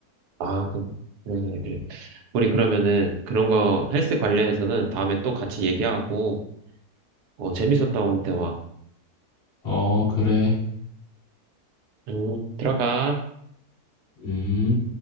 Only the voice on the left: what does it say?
어 그래
음